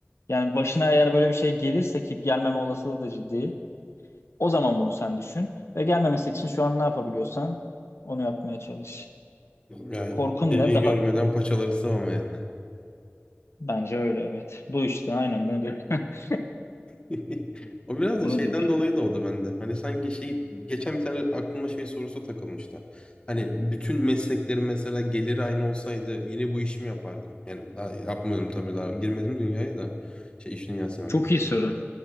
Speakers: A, on the left (about 75°); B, on the left (about 20°).
A: Yani başına eğer böyle bir şey gelirse ki gelmeme olasılığı da ciddi. O zaman bunu sen düşün ve gelmemesi için şu an ne yapabiliyorsan onu yapmaya çalış.
B: Yani
A: Korkun
B: deriyi
A: ne? Daha
B: görmeden paçaları sıvama yani.
A: bence öyle evet. Bu işte aynen bunu dedi. <laughs>
B: <laughs> O biraz
A: Bunu
B: da şeyden
A: dedi yani.
B: dolayı doğdu bende. Hani sanki şey geçen bir tane aklıma şey sorusu takılmıştı. Hani bütün mesleklerin mesela geliri aynı olsaydı yine bu işimi yapardım. Yani daha yapmadım tabii daha girmedim dünyaya da şey iş dünyasına.
A: Çok iyi soru.